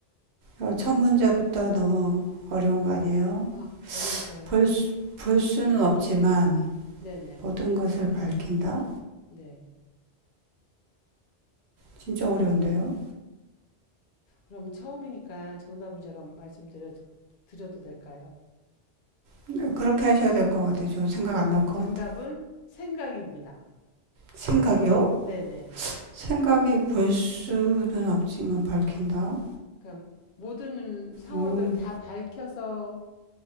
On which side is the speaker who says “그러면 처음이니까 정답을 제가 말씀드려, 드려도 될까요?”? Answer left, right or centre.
Left